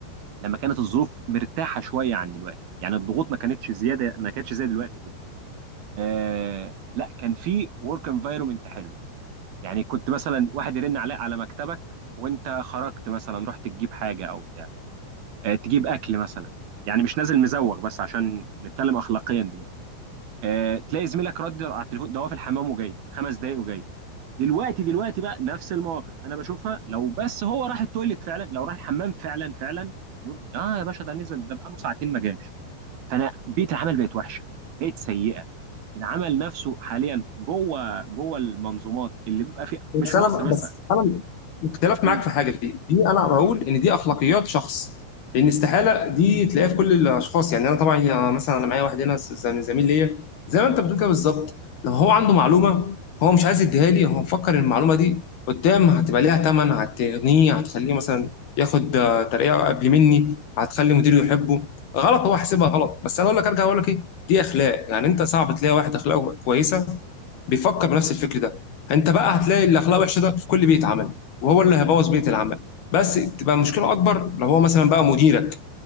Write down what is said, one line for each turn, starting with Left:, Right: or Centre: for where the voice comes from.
Right: لما كانت الظروف مرتاحه شويه عن دلوقتي يعني الضغوط ما كانتش زياده ما كانتش زي دلوقتي كده آه لا كان في ورك انفايرمنت حلو يعني كنت مثلا واحد يرن عليك على مكتبك وانت خرجت مثلا رحت تجيب حاجه او بتاع آه تجيب اكل مثلا يعني مش نازل مزوغ بس عشان نتكلم اخلاقيا دلوقتي آه، تلاقي زميلك رد على التليفون ده هو في الحمام وجاي خمس دقايق وجاي دلوقتي دلوقتي بقى نفس المواقف انا بشوفها لو بس هو راح التويليت فعلا لو راح الحمام فعلا فعلا يقول اه يا باشا ده نزل ده بقاله ساعتين ما جاش فانا بيئه العمل بقت وحشه بقت سيئه العمل نفسه حاليا جوه جوه المنظومات اللي بيبقى فيها
Left: بس
Right: مش في
Left: انا
Right: مصر بس
Left: بس انا اختلف
Right: مم.
Left: معاك في حاجه في دي دي انا بقول ان دي اخلاقيات شخص لان استحاله دي تلاقيها في كل الاشخاص يعني انا طبعا آه، مثلا انا معايا واحد هنا ز- زميل زميل ليا زي ما انت بتقول كده بالظبط لو هو عنده معلومه هو مش عايز يديها لي هو مفكر ان المعلومه دي قدام هتبقى ليها ثمن هتغنيه هتخليه مثلا ياخد آه، ترقيه قبل مني هتخلي مديره يحبه غلط هو حاسبها غلط بس انا اقول لك ارجع اقول لك ايه دي اخلاق يعني انت صعب تلاقي واحد اخلاقه كويسه بيفكر بنفس الفكر ده انت بقى هتلاقي الاخلاق وحشه ده في كل بيت عمل وهو اللي هيبوظ بيت العمل بس تبقى المشكله اكبر لو هو مثلا بقى مديرك